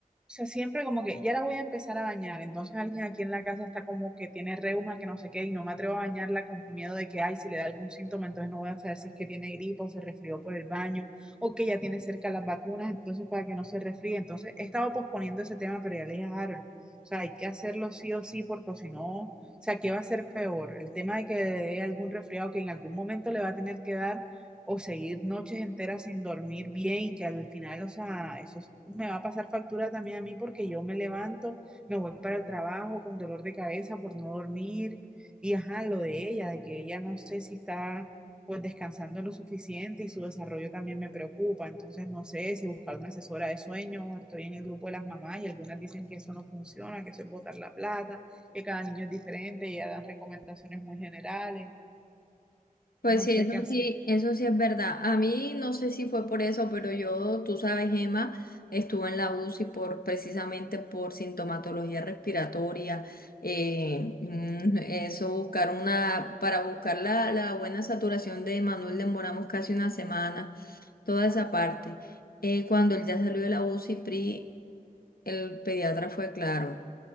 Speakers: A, in the centre; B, on the left.
A: sea, siempre como que ya la voy a empezar a bañar. Entonces alguien aquí en la casa está como que tiene reuma, que no sé qué, y no me atrevo a bañarla con miedo de que, ay, si le da algún síntoma, entonces no voy a saber si es que tiene gripa o se resfrió por el baño, o que ya tiene cerca las vacunas, entonces para que no se resfríe. Entonces he estado posponiendo ese tema, pero ya le dije a Harold, o sea, hay que hacerlo sí o sí, porque si no, o sea, ¿qué va a ser peor? El tema de que le dé algún resfriado que en algún momento le va a tener que dar o seguir noches enteras sin dormir bien y que al final, o sea, eso es- me va a pasar factura también a mí porque yo me levanto, me voy para el trabajo con dolor de cabeza por no dormir y ajá, lo de ella, de que ella no sé si está pues descansando lo suficiente y su desarrollo también me preocupa, entonces no sé si buscar una asesora de sueño, estoy en el grupo de las mamás y algunas dicen que eso no funciona, que eso es botar la plata, que cada niño es diferente y ya dan recomendaciones muy generales,
B: Pues
A: no
B: sí,
A: sé
B: eso
A: qué hacer.
B: sí, eso sí es verdad. A mí no sé si fue por eso, pero yo, tú sabes, Emma, estuve en la UCI por precisamente por sintomatología respiratoria. eh, mm, eso buscar una, para buscar la, la buena saturación de Manuel demoramos casi una semana, toda esa parte. Eh, cuando él ya salió de la UCI, PRI, el pediatra fue claro.